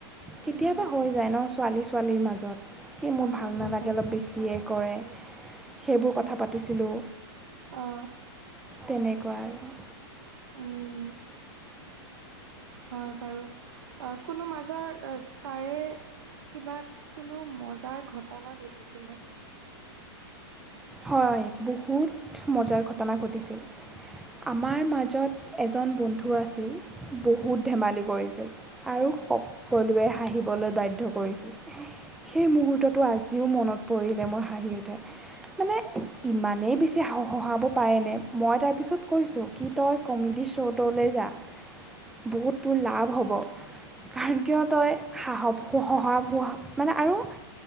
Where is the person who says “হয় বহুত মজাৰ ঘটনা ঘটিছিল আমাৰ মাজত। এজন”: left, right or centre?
Centre